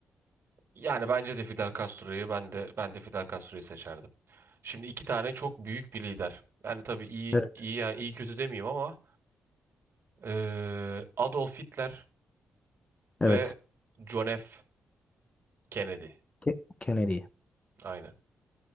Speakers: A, on the right; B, on the left.
A: Yani bence de Fidel Castro'yu ben de ben de Fidel Castro'yu seçerdim. Şimdi iki tane çok büyük bir lider. Yani tabii iyi
B: Evet.
A: iyi yani iyi kötü demeyeyim ama eee, Adolf Hitler ve
B: Evet.
A: John F. Kennedy.
B: Ke- Kennedy.
A: Aynen.